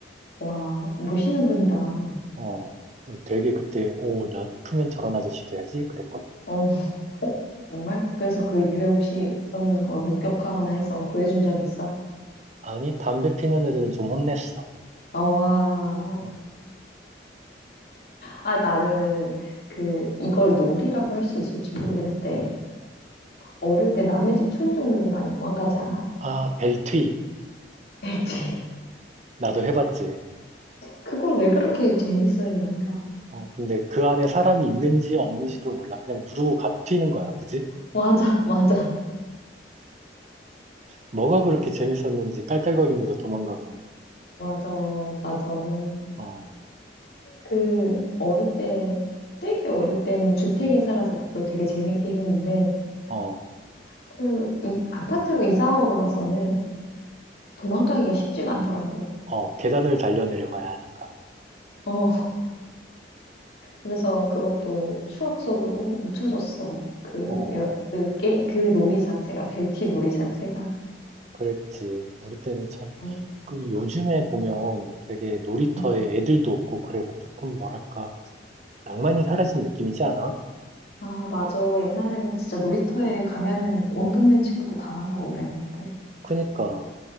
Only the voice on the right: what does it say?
어. 그 되게 그때 오, 난 크면 저런 아저씨 돼야지 그랬거든.
어.
아니 담배 피는 애들은 좀 혼냈어.
어.
아, 벨트이.
나도 해봤지.
어, 근데 그 안에 사람이 있는지 없는지도 몰라. 그냥 누르고 가 튀는 거야. 그지?
뭐가 그렇게 재밌었는지 깔깔거리면서 도망가고,
어,
어,
어, 계단을 달려내려가야 하니까.
어,
그랬지. 우리 때는 참,
그 요즘에 보면 되게 놀이터에
애들도 없고 그래서 조금 뭐랄까, 낭만이 사라진 느낌이지 않아?
그니까,